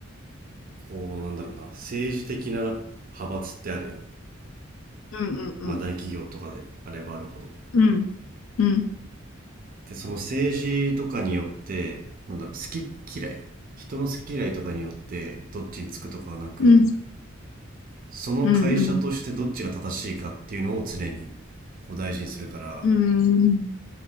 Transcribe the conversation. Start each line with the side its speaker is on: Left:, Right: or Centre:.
Right: こう、なんだろうな、政治的な派閥ってあるやん。
Left: うんうんうん。
Right: まあ大企業とかであればあるほど。
Left: うん。うん。
Right: で、その政治とかによって、なんだろう、好き嫌い。人の好き嫌いとかによって、どっちにつくとかはなく、
Left: うん。
Right: その会社としてどっちが正しいかっていうのを常に、
Left: うん。うん。
Right: こう大事にするから、
Left: うん。